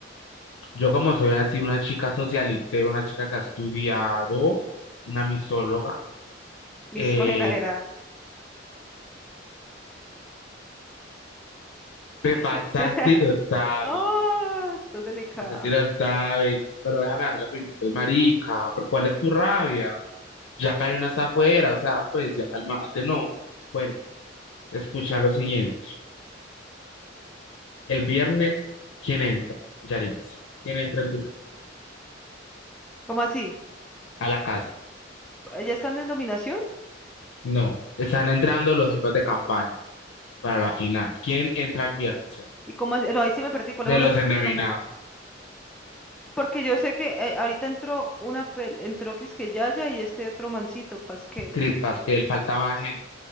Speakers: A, on the left; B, in the centre.
A: Yo como soy así una chica socialite, una chica que ha estudiado, una misóloga,
B: misógena
A: eh,
B: era.
A: te
B: <laughs>
A: pasaste y lo sabes.
B: ¡Oh! Estás delicada.
A: Esa sí la sabes, pero déjame darle la opinión. Pues, marica, ¿por cuál es tu rabia? Ya Karen está afuera, o sea, pues ya calmate, no. Bueno, escucha lo siguiente. El viernes, ¿quién entra? Yaritza. ¿Quién entra el viernes?
B: ¿Cómo así?
A: A la casa.
B: ¿Ya están en dominación?
A: No, están entrando los jefes de campaña para la final. ¿Quién entra el viernes? Sergio?
B: ¿Y cómo así? No, ahí sí me perdí. ¿Cuáles
A: De
B: unos
A: los
B: este
A: endeminados.
B: de campaña? Porque yo sé que eh, ahorita entró una pel entró que Yaya y este otro mancito, Pasquel.
A: Chris Pasquel, falta más gente.